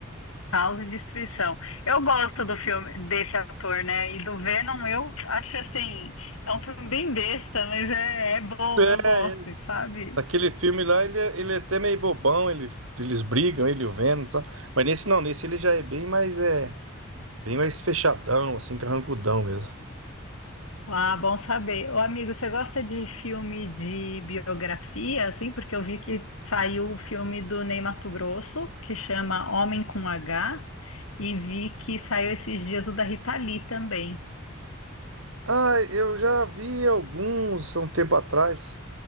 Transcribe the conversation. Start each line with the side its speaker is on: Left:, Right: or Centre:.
Left: Caos e Destruição. Eu gosto do filme desse ator, né? E do Venom eu acho assim, é um filme bem besta, mas é, é bom,
Right: É,
Left: eu gosto, sabe?
Right: aquele filme lá, ele, é- ele é até meio bobão, ele, eles brigam, ele e o Venom, sabe? Mas nesse não, nesse ele já é bem mais, é, bem mais fechadão, assim, carrancudão mesmo.
Left: Ah, bom saber. Ô, amigo, você gosta de filme de biografia, assim? Porque eu vi que saiu o filme do Ney Matogrosso, que chama Homem com H, e vi que saiu esses dias o da Rita Lee também.
Right: Ah, eu já vi alguns há um tempo atrás,